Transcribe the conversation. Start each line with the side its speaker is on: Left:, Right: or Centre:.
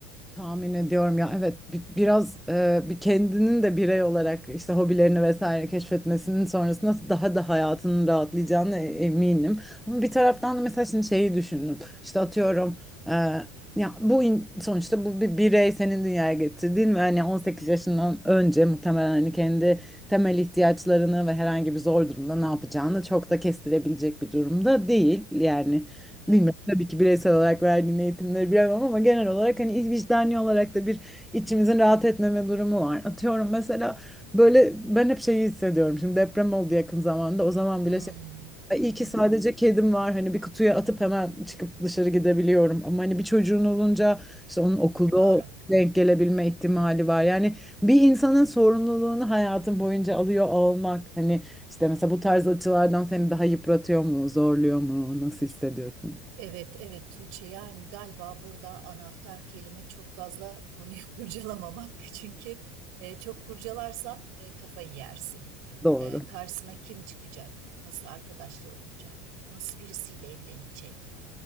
Centre: tahmin ediyorum ya evet bi- biraz e, bir kendinin de birey olarak işte hobilerini vesaire keşfetmesinin sonrasında daha da hayatının rahatlayacağına e- eminim. Ama bir taraftan da mesela şimdi şeyi düşündüm. İşte atıyorum e, ya bu in- sonuçta bu bir birey senin dünyaya getirdiğin ve hani 18 yaşından önce muhtemelen hani kendi temel ihtiyaçlarını ve herhangi bir zor durumda ne yapacağını çok da kestirebilecek bir durumda değil. Yani
Right: Tabii.
Centre: Bilmiyorum tabii ki bireysel olarak verdiğin eğitimleri bilemem ama genel olarak hani iç- vicdani olarak da bir içimizin rahat etmeme durumu var. Atıyorum mesela böyle ben hep şeyi hissediyorum. Şimdi deprem oldu yakın zamanda. O zaman bile
Right: Hmm,
Centre: şey "Ay, iyi
Right: hmm.
Centre: ki sadece kedim var. Hani bir kutuya atıp hemen çıkıp dışarı gidebiliyorum. Ama hani bir çocuğun olunca işte onun okulda
Right: Doğru.
Centre: o denk gelebilme ihtimali var. Yani bir insanın sorumluluğunu hayatın boyunca alıyor olmak. Hani işte mesela bu tarz açılardan seni daha yıpratıyor mu, zorluyor mu, nasıl hissediyorsun?
Right: Evet, evet Tuğçe yani galiba burada anahtar kelime çok fazla konuyu <laughs> kurcalamamak. Çünkü e, çok kurcalarsan e, kafayı yersin.
Centre: Doğru.
Right: E, karşısına kim çıkacak? Nasıl arkadaşlar olacak? Nasıl birisiyle evlenecek?